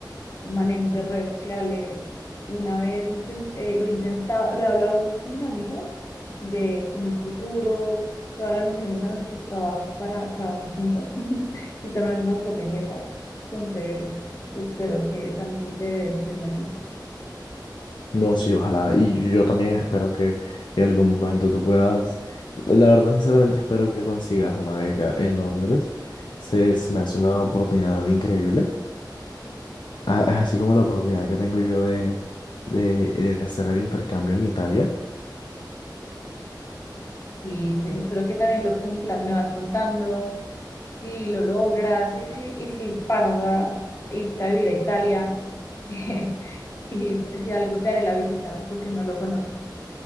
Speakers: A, on the left (about 40°); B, on the left (about 80°).
A: manejo de redes sociales. Una vez inten- eh, lo intentaba, lo he hablado mucho con mis amigos de que en un futuro todas renunciamos a nuestros trabajos para trabajar juntas <laughs> y ser nuestras propias jefas. Entonces, espero que también se te dé el sueño a ti.
B: No, sí, ojalá. Y yo también espero que, que en algún momento tú puedas, la verdad, sinceramente espero que consigas una beca en Londres. Se, se me hace una oportunidad increíble. A- Así como la oportunidad que tengo yo de, de, eh, de hacer el intercambio en Italia.
A: Y me- espero que también lo cumplas, me vas contando si lo logras y, si y si pasas a irte a vivir a Italia <laughs> y si algo te haré la visita porque no lo conozco.